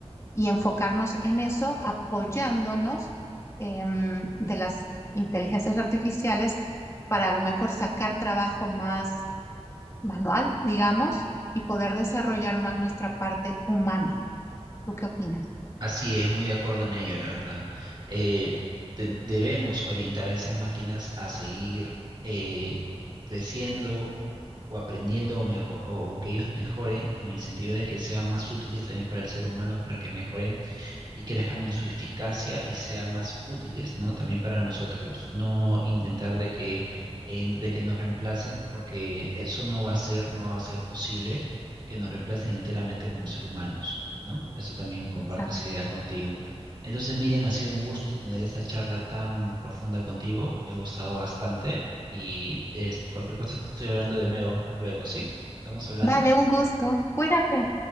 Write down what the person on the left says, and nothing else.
y enfocarnos en eso apoyándonos em, de las inteligencias artificiales para a lo mejor sacar trabajo más manual, digamos, y poder desarrollar más nuestra parte humana. ¿Tú qué opinas?
Exacto.
Vale, un gusto. Cuídate.